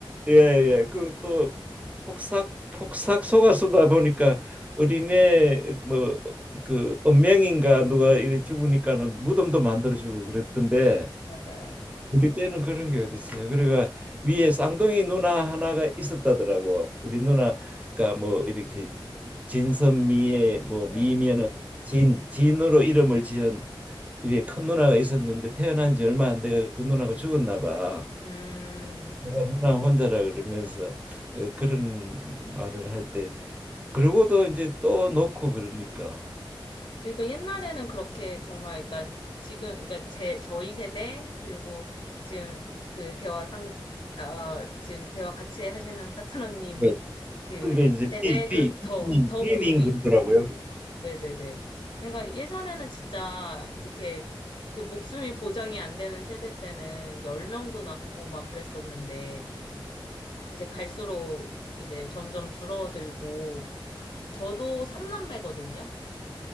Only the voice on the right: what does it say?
예, 예. 그 또 폭삭 폭삭 속았수다 보니까 어린애 뭐 그 은명인가 누가 이래 죽으니까는 무덤도 만들어 주고 그랬던데
우리 때는 그런 게 어디 있어요. 그러니까 위에 쌍둥이 누나 하나가 있었다더라고. 우리 누나가 뭐 이렇게 진선미의 뭐
미면은 진 진으로 이름을 지은 위에 큰 누나가 있었는데 태어난 지 얼마 안 돼가 그 누나가 죽었나 봐.
내가 누나 혼자라 그러면서 어, 그런 말을 할 때 그러고도 이제 또 놓고 그러니까
네.
그게 이제
B B
B님
B님
그러더라고요.